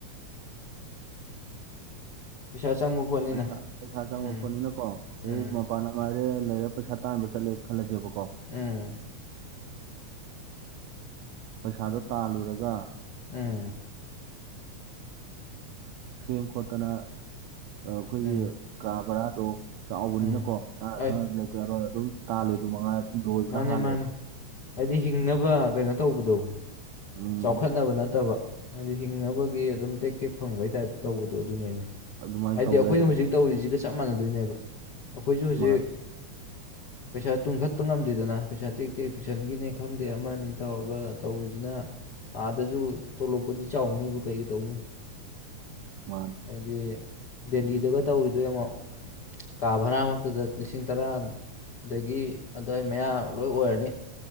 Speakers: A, on the left; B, on the right.
A: ꯄꯩꯁꯥ ꯆꯪꯕ ꯄꯣꯠꯅꯤꯅ
B: ꯄꯩꯁꯥ ꯄꯩꯁꯥ ꯆꯪꯕ
A: ꯎꯝ
B: ꯄꯣꯛꯅꯤꯅꯀꯣ
A: ꯎꯝ
B: ꯑꯩ ꯃꯄꯥꯟꯅ ꯍꯥꯏꯔꯦ ꯂꯩꯔ ꯄꯩꯁꯥ ꯇꯥꯟꯕ ꯆꯠꯂꯦ ꯈꯜꯂꯁꯦꯕ
A: ꯎꯝ
B: ꯄꯩꯁꯥꯗꯣ ꯇꯥꯜꯂꯨꯔꯒ
A: ꯎꯝ
B: ꯁꯦꯝ ꯈꯣꯠꯇꯅ ꯑꯩꯈꯣꯏꯒꯤ
A: ꯎꯝ
B: ꯀ ꯕꯥꯔꯥ ꯑꯗꯨ ꯆꯥꯎꯕꯅꯤꯅꯀꯣ
A: ꯎꯝ
B: ꯆꯥꯅ
A: ꯑꯩ
B: ꯊꯛꯅ ꯂꯩꯇ ꯌꯥꯔꯣꯏ ꯑꯗꯨꯝ ꯇꯥꯜꯂꯦ ꯑꯗꯨ ꯃꯉꯥꯏ ꯑꯗꯨꯝ ꯂꯣꯏꯕꯅ
A: ꯃꯥꯅꯦ
B: ꯍꯥꯜꯂꯦꯕ
A: ꯃꯥꯅꯦ ꯍꯥꯏꯗꯤ ꯍꯤꯡꯅꯕ ꯀꯩꯅꯣ ꯇꯧꯕꯗꯣ
B: ꯎꯝ
A: ꯆꯥꯎꯈꯠꯅꯕ ꯅꯠꯇꯕ ꯍꯥꯏꯗꯤ ꯍꯤꯡꯅꯕꯒꯤ ꯑꯗꯨꯝ ꯇꯦꯛ ꯇꯦꯛ ꯐꯪꯕꯒꯤ ꯇꯥꯏꯞꯇ ꯇꯧꯕꯗꯣ ꯑꯗꯨꯅꯦꯃꯤ
B: ꯑꯗꯨꯃꯥꯏꯅ
A: ꯍꯥꯏꯗꯤ
B: ꯇꯧ
A: ꯑꯩꯈꯣꯏꯅ
B: ꯂꯩꯔꯦꯕ
A: ꯍꯧꯖꯤꯛ ꯇꯧꯔꯤꯁꯤꯒ ꯆꯞ ꯃꯥꯟꯅꯗꯣꯏꯅꯦꯕ ꯑꯩꯈꯣꯏꯁꯨ ꯍꯨꯖꯤꯛ
B: ꯃꯥꯅꯤ
A: ꯄꯩꯁꯥ ꯇꯨꯡꯈꯠ ꯄ ꯉꯝꯗꯦꯗꯅ ꯄꯩꯁꯥ ꯇꯦꯛꯇꯦꯛ ꯇꯨꯏꯁꯟꯒꯤꯅꯦ ꯈꯪꯗꯦ ꯑꯃꯅꯤ ꯇꯧꯔꯒ ꯇꯧꯔꯤꯖꯤꯅ ꯑꯥꯗꯁꯨ ꯇꯣꯂꯣꯞꯀꯗꯤ ꯆꯥꯎꯅꯤꯕꯨ ꯀꯩꯒꯤ ꯇꯧꯅꯤ
B: ꯃꯥꯅꯤ
A: ꯍꯥꯏꯗꯤ ꯗꯦꯜꯂꯤꯗꯒ ꯇꯧꯔꯤꯗꯣ ꯌꯦꯡꯉꯣ ꯀꯥ ꯚꯔꯥꯃꯛꯇꯗ ꯂꯤꯁꯤꯡ ꯇꯔꯥ ꯗꯒꯤ ꯑꯗ꯭ꯋꯥꯏ ꯃꯌꯥ ꯂꯣꯏ ꯑꯣꯏꯔꯅꯤ